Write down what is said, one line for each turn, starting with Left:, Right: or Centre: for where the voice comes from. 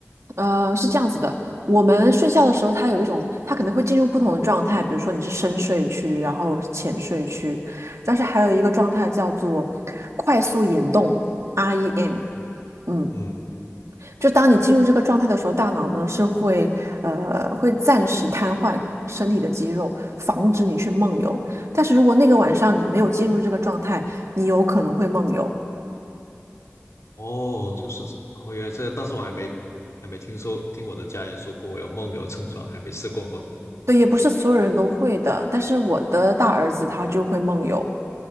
Right: 呃，是这样子的，我们睡觉的时候，它有一种，它可能会进入不同的状态，比如说你是深睡区，然后浅睡区，但是还有一个状态叫做快速眼动 （REM）。
Left: 嗯，
Right: 嗯，
Left: 嗯
Right: 就当你进入这个状态的时候，大脑呢是会呃会暂时瘫痪身体的肌肉，防止你去梦游。但是如果那个晚上你没有进入这个状态，你有可能会梦游。
Left: 哦，就是这，哦，原来这，但是我还没还没听说，听我的家人说过我有梦游症状，还没试过梦游。
Right: 对，也不是所有人都会的，但是我的大儿子他就会梦游。